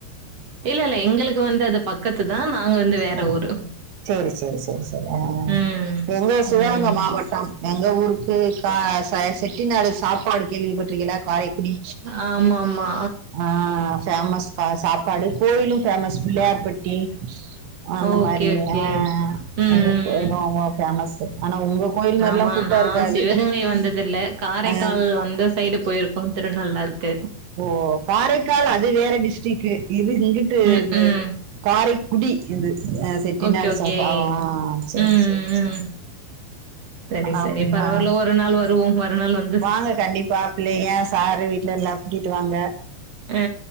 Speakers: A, on the right; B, on the right.
A: இல்ல இல்ல எங்களுக்கு வந்து அது பக்கத்து தா நாங்க வந்து வேற
B: ஆ,
A: ஊரு
B: சரி சரி சரி ஆ
A: ம்
B: எங்க சிவகங்க
A: ம்
B: மாவட்ட எங்க ஊருக்கு கா செட்டி நாடு சாப்பாடு கேள்விப்பட்டுருக்கீங்களா காரைக்குடி
A: ஆ மா மா
B: ஆ ஃபேமஸ் சாப்பாடு கோயிலு ஃபேமஸ் பிள்ளையார்பட்டி அந்த
A: ஓகே
B: மாரி
A: ஓகே
B: ஆ
A: ம்
B: எங்க ஃபேமஸ் ஸு ஆனா உங்க கோயில் மாதிரிலாம்
A: ஆமா
B: கூட்டம்
A: நா
B: இருக்காது
A: சிவகங்கை வந்தது இல்ல காரைக்கால்
B: ஆ,
A: வந்து சைடு போயிருக்கோ திரு நல்லாருக்கு
B: ஓ காரைக்கால் அது வேற டிஸ்ட்ரிக்கு இது இங்குட்டு
A: ம்
B: இது
A: ம்
B: காரைக்குடி இது செட்டினாடு
A: ஓகே ஓகே
B: சாப்பா ஆ சரி
A: ம்
B: சரி
A: ம் சரி சரி
B: ஆமா.
A: பரவால்ல ஒரு நாள் வருவோ ஒருநாள் வந்
B: வாங்க கண்டிப்பா பிள்ளைங்க சாரு வீட்ல எல்லா கூட்டிட்டு வாங்க
A: அ